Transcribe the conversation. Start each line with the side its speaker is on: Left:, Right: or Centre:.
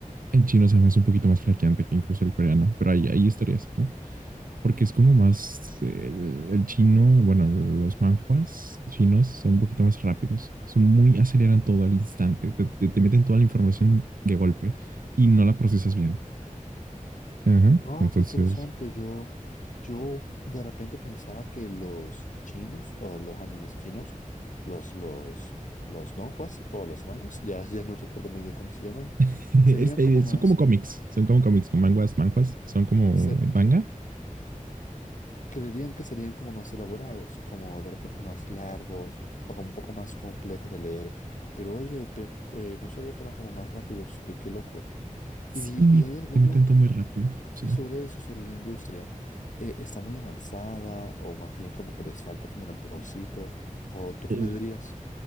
Right: en chino se me hace un poquito más flaqueante que incluso el coreano, pero hay, hay historias, ¿no? porque es como más eh, el, el chino, bueno, los manjuas chinos son un poquito más rápidos, son muy, aceleran todo al instante, te, te- te meten toda la información de golpe y no la procesas bien. Ajá,
Left: Oh,
Right: entonces,
Left: qué interesante. Yo, yo de repente pensaba que los chinos o los animes chinos, los, los, los donghua o los manguas, ya, ya no recuerdo muy bien cómo se llaman,
Right: <laughs>
Left: serían
Right: es, eh,
Left: como más,
Right: son como cómics, son como cómics con manguas, manjuas, son como
Left: se,
Right: eh, manga.
Left: creerían que serían como más elaborados, como de repente más largos o como un poco más complejos de leer. Pero oye, pe- eh, no sabía que eran como más rápidos, qué, qué loco.
Right: Sí,
Left: ¿Y, y hay alguno?
Right: te meten todo muy rápido, sí.
Left: Y sobre eso, sobre la industria, eh, ¿está muy avanzada o más bien como que les falta como un empujoncito? ¿O tú
Right: El-
Left: qué me dirías?